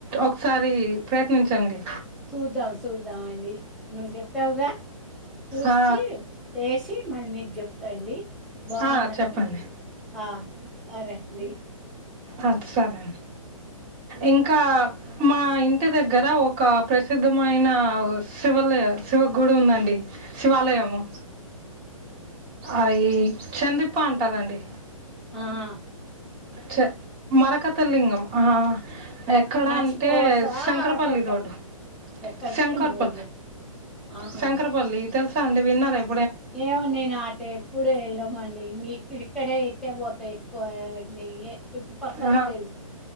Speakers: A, on the right; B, in the centre.
A: ఒకసారి ప్రయత్నించండి.
B: చూద్దాం సూద్దాండి నువ్వు చెప్పావుగా చూసి
A: ఆ,
B: టేసి మళ్ళీ నీక్ చెప్ టండి బాగుందంటే
A: ఆ, చెప్పండి
B: ఆహ్ సరేండి
A: అహ్ సరేండి ఇంకా మా ఇంటి దగ్గర ఒక ప్రసిద్ధమైన ఓ శివలయ్ శివ గుడుందండి శివాలయము అయి చందిప్ప అంటారండి
B: ఆహ్
A: చ మరకత్తలింగం ఆహ్ ఎక్కడంటే
B: మర్చిపోవసా
A: శంకరపల్లి
B: ఆటోకని
A: రోడ్డు
B: చక్కరపల్లి
A: శంకొర్పల్లి
B: రోడ్. ఆహా!
A: శంకరపల్లి తెలుసాండి విన్నారేం
B: ఏమో నేను అటెప్పుడు వెళ్ళమండి ఇంగిక్కడిక్కడే ఇటేపోత ఎక్కువ ఇంక ఇయ్యే చుట్టుపక్కలే
A: ఆ,
B: తెలుసు